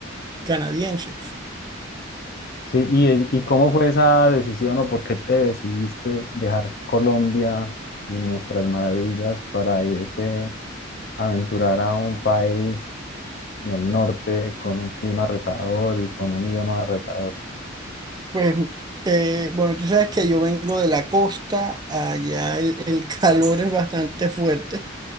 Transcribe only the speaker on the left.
Sí, ¿y, y cómo fue esa decisión o por qué te decidiste dejar Colombia y nuestras maravillas para irte a aventurar a un país en el norte con un clima retador y con un idioma retador?